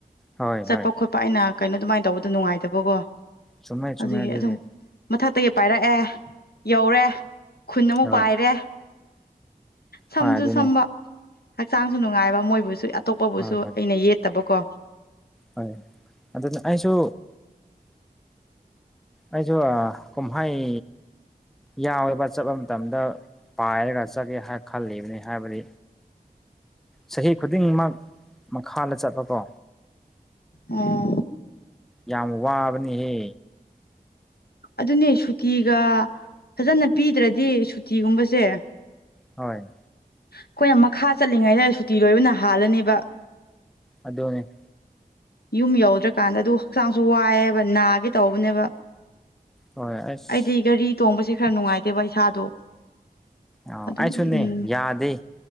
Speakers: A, in the centre; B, on the left (about 85°).
A: ꯍꯣꯏ
B: ꯆꯠꯄ
A: ꯍꯣꯏ
B: ꯈꯣꯠꯄ ꯑꯩꯅ ꯀꯩꯅꯣ ꯑꯗꯨꯃꯥꯏꯅ ꯇꯧꯕꯗꯣ ꯅꯨꯡꯉꯥꯏꯇꯕꯀꯣ
A: ꯆꯨꯝꯃꯦ ꯆꯨꯝꯃꯦ
B: ꯑꯗꯨꯒꯤ
A: ꯑꯗꯨꯗꯤ
B: ꯑꯗꯨꯝ ꯃꯊꯛꯇꯒꯤ ꯄꯥꯏꯔꯛꯑꯦ ꯌꯧꯔꯦ ꯈꯨꯟ ꯑꯃꯨꯛ
A: ꯍꯣꯏ
B: ꯄꯥꯏꯔꯦ ꯁꯝꯁꯨ
A: ꯍꯣꯏ ꯑꯗꯨꯅꯤ
B: ꯁꯝꯕ ꯍꯛꯆꯥꯡꯁꯨ ꯅꯨꯡꯉꯥꯏꯕ ꯃꯣꯏꯕꯨꯁꯨ ꯑꯇꯣꯞꯄꯕꯨꯁꯨ
A: ꯍꯣꯏ ꯍꯣꯏ
B: ꯑꯩꯅ ꯌꯦꯠꯇꯕꯀꯣ
A: ꯍꯣꯏ ꯑꯗꯨ ꯑꯩꯁꯨ ꯑꯩꯁꯨ ꯀꯨꯝꯍꯩ ꯌꯥꯎꯋꯦꯕ ꯆꯠꯄ ꯃꯇꯝꯗ ꯄꯥꯏꯔꯒ ꯆꯠꯒꯦ ꯍꯥꯏ ꯈꯜꯂꯤꯕꯅꯤ ꯍꯥꯏꯕꯗꯤ ꯆꯍꯤ ꯈꯨꯗꯤꯡꯃꯛ ꯃꯈꯥꯗ ꯆꯠꯄ ꯀꯣ
B: ꯑꯣ
A: ꯌꯥꯝ ꯋꯥꯕꯅꯤꯍꯦ
B: ꯑꯗꯨꯅꯦ ꯁꯨꯇꯤꯒ ꯐꯖꯅ ꯄꯤꯗ꯭ꯔꯗꯤ ꯁꯨꯇꯤꯒꯨꯝꯕꯁꯦ
A: ꯍꯣꯏ
B: ꯑꯩꯈꯣꯏꯅ ꯃꯈꯥ ꯆꯠꯂꯤꯉꯩꯗ ꯁꯨꯇꯤ ꯂꯣꯏꯕꯅ ꯍꯥꯜꯂꯅꯦꯕ
A: ꯑꯗꯨꯅꯦ
B: ꯌꯨꯝ ꯌꯧꯗ꯭ꯔꯀꯥꯟꯗ ꯑꯗꯨ ꯍꯛꯆꯥꯡꯁꯨ ꯋꯥꯏꯑꯦꯕ ꯅꯥꯒꯦ ꯇꯧꯕꯅꯦꯕ
A: ꯍꯣꯏ ꯑꯁ
B: ꯑꯩꯗꯤ ꯒꯥꯔꯤ ꯇꯣꯡꯕꯁꯦ ꯈꯔ ꯅꯨꯡꯉꯥꯏꯇꯦꯕ ꯏꯁꯥꯗꯣ
A: ꯑ
B: ꯑꯗꯨꯝ
A: ꯑꯩꯁꯨꯅꯦ
B: ꯎꯝ
A: ꯌꯥꯗꯦ